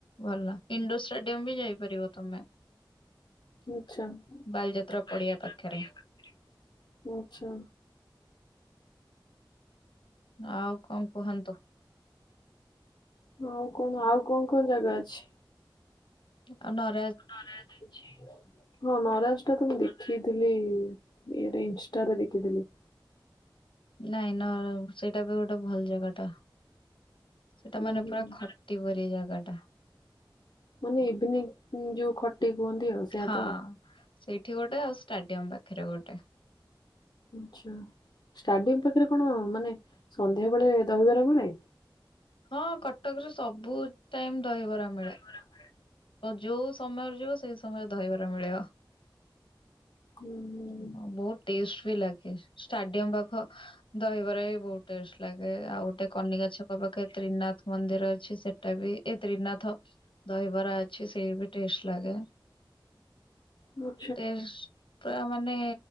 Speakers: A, on the left; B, on the left.
A: ଭଲ ଇଣ୍ଡୋର ଷ୍ଟାଡିୟମ ବି ଯାଇପାରିବ ତମେ।
B: ଆଛା
A: ବାଲିଯାତ୍ରା
B: ବାଲିଯାତ୍ରା
A: ପଡିଆ ପାଖରେ
B: ପଡ଼ିଆ ପାଖରେ ଆଛା।
A: ଆଉ କଣ କୁହନ୍ତୁ
B: ଆଉ କଣ ଆଉ କଣ କଣ ଜାଗା ଅଛି?
A: ଆଉ ନ
B: ନରାଜ ଅଛି ହଁ ନରାଜ ଟା ତ ମୁଁ ଦେ ଦେଖିଥିଲି ଇଏରେ ଇନଷ୍ଟାରେ ଦେଖିଥିଲି।
A: ନାଇଁ ନ ସେଇଟା ବି ଗୋଟେ ଭଲ ଜାଗା ଟା। ସେଟା
B: ହୁଁ
A: ମାନେ
B: ହୁଁ
A: ପୁରା ଖଟି ପରି ଜାଗା ଟା।
B: ମାନେ ଏଭିନି ଯୋଉ ଖଟି କୁହନ୍ତି ଆଉ। ସେୟା
A: ହଁ
B: ତ
A: ସେଇଠି ଗୋଟେ ଆଉ ଷ୍ଟାଡିୟମ ପାଖରେ ଗୋଟେ।।
B: ଆଛା ଷ୍ଟାଡିଅମ୍ ପାଖରେ କଣ ମାନେ ସନ୍ଧ୍ୟା ବେଳେ ଦହିବରା ମିଳେ?
A: ହଁ କଟକରେ ସବୁ ଟାଇମ ଦହିବରା ମିଳେ।
B: ବରାମବେଳେ
A: ଯୋଉ ସମୟରେ ଯିବ ସେଇ ସମୟରେ ଦହିବରା ମିଳିବ।
B: ହୁଁ ହୁଁ।
A: ହଁ ବୋହୁତ ଟେଷ୍ଟ ବି ଲାଗେ ଷ୍ଟାଡିୟମ ପାଖ ଦହିବରା ବି ବହୁତ ଟେଷ୍ଟ ଲାଗେ ଆଉ ଗୋଟେ କନିକା ଛକ ପାଖେ ତ୍ରିନାଥ। ମନ୍ଦିର ଅଛି ସେଟା ବି ଏ ତ୍ରିନାଥ ଦହିବରା ଅଛି ସେଇ ବି ଟେଷ୍ଟ ଲାଗେ।
B: ହୁଁ।
A: ଟେଷ୍ଟ। ପୁରା ମାନେ